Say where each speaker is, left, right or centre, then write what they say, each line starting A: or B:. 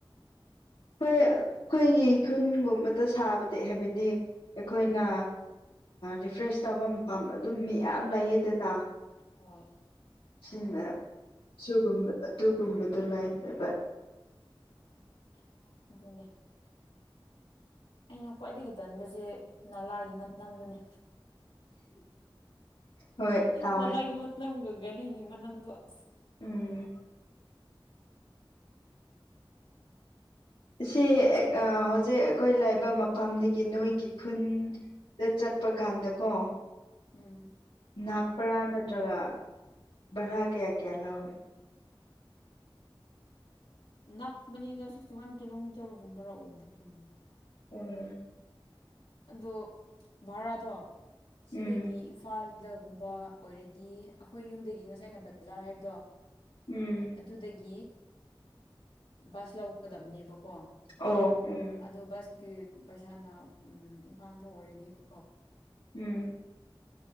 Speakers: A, on the left; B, on the left.
A: ꯍꯣꯏ ꯑꯩꯈꯣꯏꯒꯤ ꯈꯨꯟꯒꯨꯝꯕꯗ ꯁꯥꯕꯗꯤ
B: ꯁꯥꯕꯁꯦ
A: ꯍꯥꯏꯕꯗꯤ ꯑꯩꯈꯣꯏꯅ
B: ꯑꯥ
A: ꯔꯤꯐ꯭ꯔꯦꯁ ꯇꯧꯕ
B: ꯐ꯭ꯔꯦꯁ
A: ꯃꯐꯝ
B: ꯆꯥꯐꯝ
A: ꯑꯗꯨꯝ
B: ꯄꯥꯝꯕꯗꯨ
A: ꯃꯤꯌꯥꯝ
B: ꯃꯤ
A: ꯂꯩꯌꯦꯗꯅ
B: ꯌꯥꯝ ꯍꯣꯏ
A: ꯁꯤꯅꯒꯨꯝꯕ
B: ꯑꯗꯨꯒꯨꯝꯕ
A: ꯑꯗꯨꯒꯨꯝꯕꯗꯨ ꯂꯩꯥꯇꯕ
B: ꯍ ꯑꯗꯨꯅꯦ ꯑꯩꯅ ꯈ꯭ꯋꯥꯏꯗꯒꯤ ꯇꯟꯕꯁꯦ ꯅꯂꯥꯒꯤ ꯃꯅꯝꯗꯨꯅꯦ
A: ꯍꯣꯏ ꯇꯥꯎꯋꯦ
B: ꯅꯄꯒꯤ ꯃꯅꯝꯒ ꯒꯥꯔꯤꯒꯤ ꯃꯅꯝꯗꯣ ꯑꯁ
A: ꯎꯝ ꯁꯤ ꯍꯧꯖꯤꯛ ꯑꯩꯈꯣꯏ ꯂꯩꯕ ꯃꯐꯝꯗꯒꯤ ꯅꯣꯏꯒꯤ ꯈꯨꯟ ꯗ ꯆꯠꯄ ꯀꯥꯟꯗꯀꯣ
B: ꯎꯝ
A: ꯅꯛꯄꯔꯥ ꯅꯠꯇ꯭ꯔꯒ ꯚꯔꯥ ꯀꯌꯥ ꯀꯌꯥ ꯂꯧꯋꯤ
B: ꯅꯛꯄꯅꯤꯗ ꯁꯤꯛꯁꯇꯤ ꯋꯥꯟ ꯀꯤꯂꯣꯃꯤꯇꯔꯒꯨꯝꯕꯔ ꯑꯣꯏꯕꯒꯨꯝꯅ
A: ꯎꯝ
B: ꯑꯗꯣ ꯚꯔꯥꯗꯣ ꯁꯤꯗꯒꯤ
A: ꯎꯝ
B: ꯏꯝꯐꯥꯜ ꯗꯒꯨꯝꯕ ꯑꯣꯏꯔꯗꯤ ꯑꯩꯈꯣꯏ ꯌꯨꯝꯗꯒꯤ ꯉꯁꯥꯏꯅ ꯕꯖꯥꯔ ꯍꯥꯏꯕꯗꯣ
A: ꯎꯝ
B: ꯑꯗꯨꯗꯒꯤ ꯕꯁ ꯂꯧꯒꯗꯕꯅꯦꯕ ꯀꯣ
A: ꯑꯣ ꯎꯝ
B: ꯑꯗꯣ ꯕꯁꯀꯤ ꯄꯩꯁꯥꯅ ꯎꯝ ꯏꯝꯐꯥꯜ ꯐꯥꯎ ꯑꯣꯏꯔꯗꯤꯀꯣ
A: ꯎꯝ